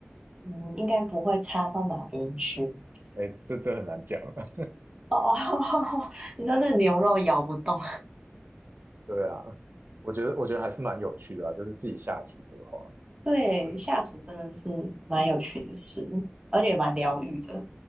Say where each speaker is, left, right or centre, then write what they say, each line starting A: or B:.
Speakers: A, on the right; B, on the right.
A: 嗯应该不会差到哪边去。
B: <laughs> 哎，这这很难讲啊，
A: 哦哦，<laughs> 你说那牛肉咬不动。
B: <laughs> 对啊，我觉得我觉得还是蛮有趣的啊，就是自己下厨的话，
A: <laughs> 对，
B: 对
A: 下厨真的是蛮有趣的事，而且蛮疗愈的。